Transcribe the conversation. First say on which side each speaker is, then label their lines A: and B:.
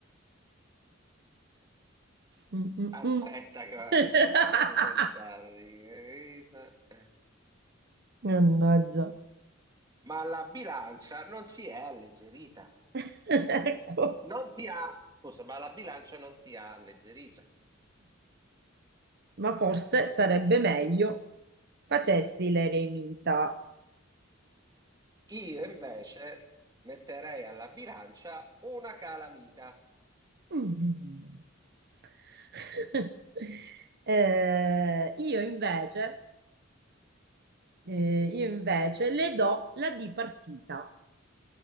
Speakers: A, on the right; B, on the right.
A: Mm, mm,
B: Aspetta,
A: mm.
B: che-
A: <laughs>
B: eh, aspetta, fammi pensare. Eh,
A: Mannaggia.
B: Ma la bilancia non si è alleggerita.
A: <laughs> Ecco.
B: Non ti ha... Scusa, ma la bilancia non ti ha alleggerita.
A: Ma forse sarebbe meglio facessi l'eremita.
B: Io invece metterei alla bilancia una calamita
A: Mm. <laughs> Eh, io invece Eh, io invece le do la D partita.